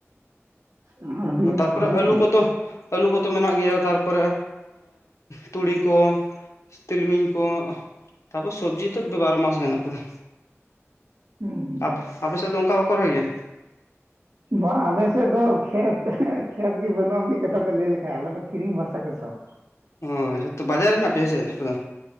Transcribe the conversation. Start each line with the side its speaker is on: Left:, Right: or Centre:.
Right: ᱟᱪᱷᱟ ᱟᱹᱰᱤ
Left: ᱛᱟᱨᱯᱚᱨᱮ
Right: ᱵᱷᱟᱹᱜᱤ
Left: ᱟᱹᱞᱩ
Right: ᱛᱚ᱾
Left: ᱠᱚᱫᱚ ᱟᱹᱞᱩ ᱠᱚᱫᱚ ᱢᱮᱱᱟᱜ ᱜᱮᱭᱟ ᱛᱟᱨ ᱯᱚᱨᱮ ᱛᱩᱲᱤ ᱠᱚ᱾ ᱛᱤᱞᱢᱤᱧ ᱠᱚ ᱛᱟᱯᱚᱨ ᱥᱚᱵᱽᱡᱤ ᱛᱚ ᱫᱚ ᱵᱟᱨᱚ ᱢᱟᱥ ᱜᱮ ᱦᱮᱱᱟᱜ ᱟᱠᱟᱫᱟ᱾
Right: ᱦᱩᱸ
Left: ᱟᱯ-ᱟᱯᱮ ᱥᱮᱫ ᱫᱚ ᱚᱝᱠᱟ ᱵᱟᱠᱚ ᱨᱚᱦᱚᱭ ᱜᱮᱭᱟ᱾
Right: ᱵᱟ ᱟᱞᱮ ᱥᱮᱫ ᱫᱚ ᱠᱷᱮᱛ-ᱠᱷᱮᱛ ᱜᱮ ᱵᱟᱹᱱᱩᱜᱼᱟ ᱢᱤᱫ ᱠᱟᱛᱷᱟ ᱛᱮ ᱞᱟᱹᱭ ᱞᱮᱠᱷᱟᱡ ᱟᱞᱮ ᱫᱚ ᱠᱤᱨᱤᱧ ᱵᱷᱚᱨᱥᱟ ᱜᱮ ᱥᱚᱠ᱾
Left: ᱦᱳᱭ ᱡᱚᱛᱚ ᱵᱟᱡᱟᱨ ᱨᱮᱱᱟᱜ ᱯᱮᱭᱟ ᱥᱮ-ᱪᱮᱫ ᱟᱯᱮ ᱫᱚ᱾